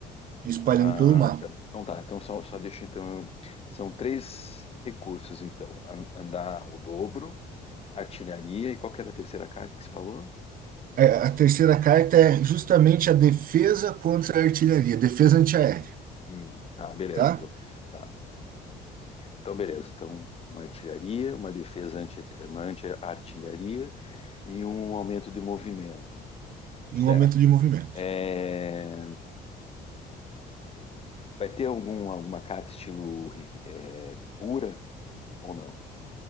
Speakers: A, on the right; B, on the left.
A: espalhando
B: Ah,
A: pelo mapa.
B: tá. Então tá. Então só, só deixa então. São três recursos então: An- andar o dobro, artilharia e qual que era a terceira carta que você falou?
A: é, a terceira carta é justamente a defesa contra a artilharia, defesa antiaérea,
B: Hum, tá, beleza.
A: tá?
B: Então, tá. Então, beleza. Então, uma artilharia, uma defesa anti, uma anti-artilharia e um aumento de movimento. Certo.
A: Em momento de movimento.
B: É, Vai ter algum, alguma carta estilo é, cura ou não?